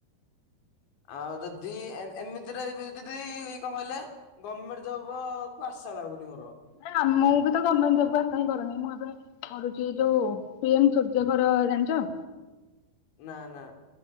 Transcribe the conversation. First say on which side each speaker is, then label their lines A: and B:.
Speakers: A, on the left; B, on the left.
A: ଆଉ ଯଦି ଏମିତିରେ ଯଦି କଣ କହିଲେ ଗଭର୍ମେଣ୍ଟ ଜବ କୁ ଆ ଶା ଲାଗୁନି ମୋର।
B: ନାଇଁ ଆମକୁ ବି ତ ଗଭର୍ଣ୍ଣମେଣ୍ଟ ଜବ୍ କୁ ଆଶା ହିଁ କରୁନି ମୁଁ ଏବେ। କରୁଛି ଯୋଉ ପିଏମ ସୂର୍ଯ୍ୟ ଘର ଜାଣିଛ?
A: ନା ନା।